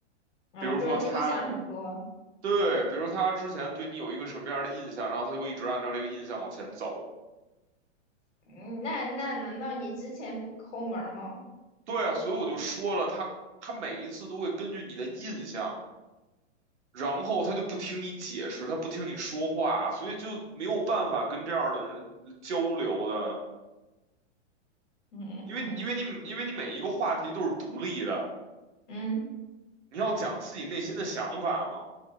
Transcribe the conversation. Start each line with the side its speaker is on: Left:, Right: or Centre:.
Left: 啊，
Right: 比如说他
Left: 就是他臆想很多。
Right: 对，比如他之前对你有一个什么样的印象，然后他就会一直按照这个印象往前走。
Left: 嗯，那那难道你之前不抠门儿吗？
Right: 对啊，所以我就说了，他他每一次都会根据你的印象，然后他就不听你解释，他不听你说话，所以就没有办法跟这样的人交流的，
Left: 嗯嗯
Right: 因为因为你因为你每一个话题都是独立的，
Left: <laughs> 嗯嗯
Right: 你要讲自己内心的想法嘛。